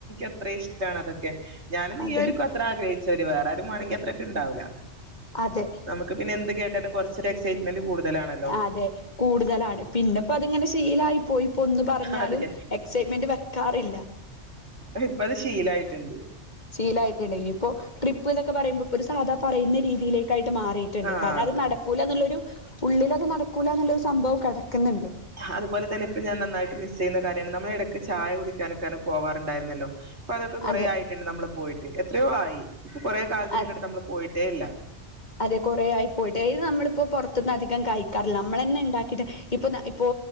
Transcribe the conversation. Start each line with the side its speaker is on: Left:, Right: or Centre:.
Right: എത്ര ഇഷ്ടമാണ് അതൊക്കെ ഞാന്
Left: അതെ
Right: ഈ ഒരു അത്ര ആഗ്രഹിച്ചവര് വേറെരു വേമെങ്ക അത്രക്ക ഉണ്ടാവില്ല
Left: അതെ
Right: നമുക്ക് പിന്നെന്ത് കേട്ടാലും കുറച്ച് എക്സൈറ്റ്മെന്റ് കൂടുതലാണ്.
Left: അതെ കൂടുതലാണ് പിന്നെപ്പോ അതിങ്ങനെ ശീലായി പോയി ഇപ്പൊ ഒന്നു പറഞ്ഞാലും
Right: അതെ
Left: എക്സൈറ്റ്മെന്റ് വെക്കാറില്ല
Right: അ ഇപ്പത് ശീലായിട്ടുണ്ട്
Left: ശീലായിട്ടുണ്ട് ഇനി ഇപ്പോ ട്രിപ്പ് എന്നക്കെ പറയുമ്പോ ഒരു സാധാ പറയുന്ന രീതിയിലേക്കായിട്ട് മാറിയിട്ടുണ്ട്
Right: ആഹ്
Left: കാരണം
Right: അതെ
Left: അത് നടക്കൂല എന്നുള്ളരു ഉള്ളിൽ അത് നട ക്കൂല എന്നൊരു സംഭവം കിടക്കുന്നുണ്ട്
Right: അതുപോലെ തന്നെ ഇപ്പൊ ഞാ നന്നായിട്ട് മിസ് ചെയ്യുന്ന കാര്യമാണ് നമ്മുടെ ഇടക്ക് ചായ കുടിക്കാനൊക്കെയാണ് പോവാറുണ്ടായിരന്നല്ലോ അപ്പൊ അതൊക്കെ കൊറേ
Left: അതെ
Right: ആയ് നമ്മള് പോയിട്ട് എത്രയോ ആയി ഇപ്പൊ കൊറെേ കാലത്തിന്
Left: അ
Right: ഇങ്ങോട്ട് നമ്മള് പോയിട്ടേ ഇല്ല
Left: അതെ കുറേ ആയി പോയിട്ട് ത് നമ്മളിപ്പോ പുറത്തുന്ന് അധികം കഴിക്കാറില്ല നമ്മളന്നെ ഉണ്ടാക്കിയിട്ട് ഇപ്പൊ ന ഇപ്പോ